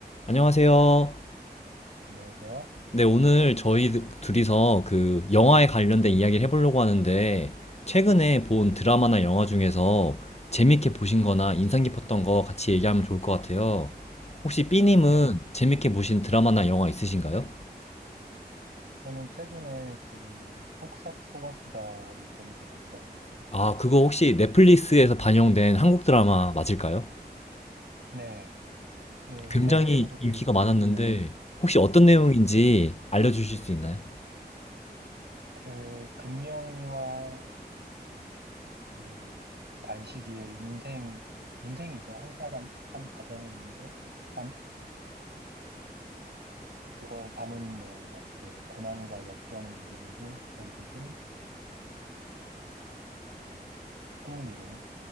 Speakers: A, on the left; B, on the right.
A: 안녕하세요.
B: 안녕하세요.
A: 네, 오늘 저희 둘이서 그 영화에 관련된 이야기를 해보려고 하는데, 최근에 본 드라마나 영화 중에서 재밌게 보신 거나 인상 깊었던 거 같이 얘기하면 좋을 것 같아요. 혹시 B님은
B: 네.
A: 재밌게 보신 드라마나 영화 있으신가요?
B: 저는 최근에 그 폭삭 소가수다를 재밌게 봤어요.
A: 아, 그거 혹시 넷플릭스에서 반영된 한국 드라마 맞을까요?
B: 네. 그
A: 굉장히
B: 해외에서도
A: 인기가
B: 꽤 인기
A: 많았는데,
B: 있는,
A: 혹시 어떤 내용인지
B: 네.
A: 알려주실 수 있나요?
B: 그 금명이와 그 관식이의 인생, 인생이죠. 한 사람, 한 가정의 인생? 삶? 그걸 담은 내용인 것 같아요. 고난과 역경을 이겨내고 결국은 꿈을 이루는